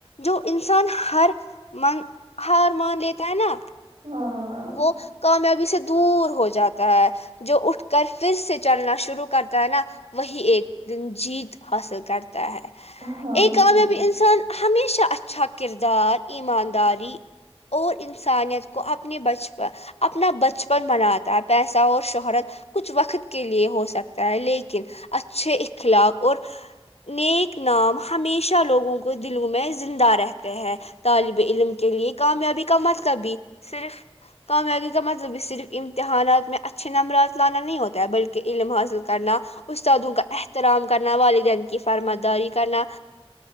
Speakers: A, on the left (about 85°); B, on the right (about 75°).
A: جو انسان ہر من ہر مان دیتا ہے نا
B: ہاں
A: وہ کامیابی سے دور ہو جاتا ہے جو اٹھ کر پھر سے چلنا شروع کرتا ہے نا وہی ایک جیت حاصل کرتا ہے
B: ہاں
A: ایک
B: بالکل
A: کامیابی انسان ہمیشہ اچھا کردار ایمانداری اور انسانیت کو اپنے بچپن اپنا بچپن بناتا ہے پیسہ اور شہرت کچھ وقت کے لئے ہو سکتا ہے لیکن اچھے اخلاق اور نیک نام ہمیشہ لوگوں کو دلوں میں زندہ رہتے ہیں طالب علم کے لیے کامیابی کا مطلب بھی صرف کامیابی کا مطلب بھی صرف امتحانات میں اچھے نمبرات لانا نہیں ہوتا ہے بلکہ علم حاصل کرنا استادوں کا احترام کرنا والدین کی فرماری کرنا